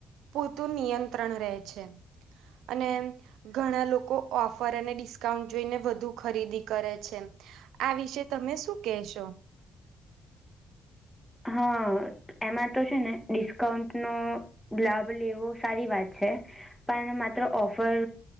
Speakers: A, on the right (about 85°); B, in the centre.
A: પુરતું નિયંત્રણ રહે છે. અને ઘણા લોકો ઓફર અને ડિસ્કાઉન્ટ જોઈને વધુ ખરીદી કરે છે. આ વિશે તમે શું કેહેશો?
B: હા એમાં તો છે ને ડિસ્કાઉન્ટ નો લાભ લેવો સારી વાત છે પણ માત્ર ઓફર